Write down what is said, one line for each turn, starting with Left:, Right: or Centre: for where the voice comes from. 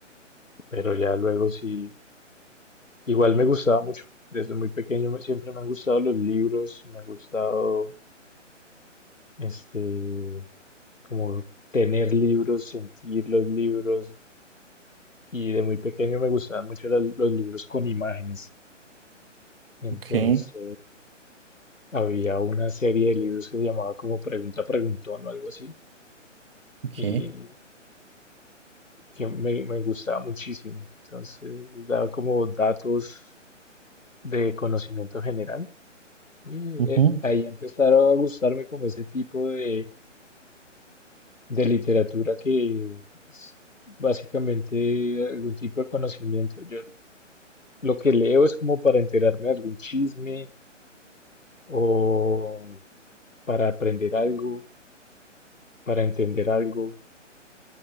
Left: pero ya luego sí, igual me gustaba mucho. Desde muy pequeño me- siempre me han gustado los libros, me ha gustado este como tener libros, sentir los libros y de muy pequeño me gustaban mucho las- los libros con imágenes. Entonces
Right: Ok,
Left: había una serie de libros que se llamaba como Pregunta Preguntón o algo así.
Right: ok.
Left: Y que me, me gustaba muchísimo. Entonces, daba como datos de conocimiento general. Y
Right: Ujú,
Left: eh, ahí empezaron a gustarme como ese tipo de, de literatura que es básicamente algún tipo de conocimiento. Yo lo que leo es como para enterarme de algún chisme o para aprender algo, para entender algo,